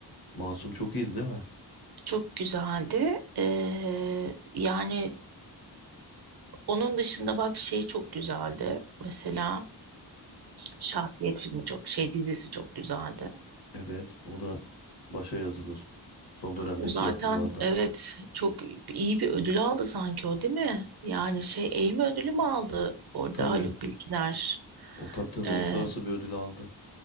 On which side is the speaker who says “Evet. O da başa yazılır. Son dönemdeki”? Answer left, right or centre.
Left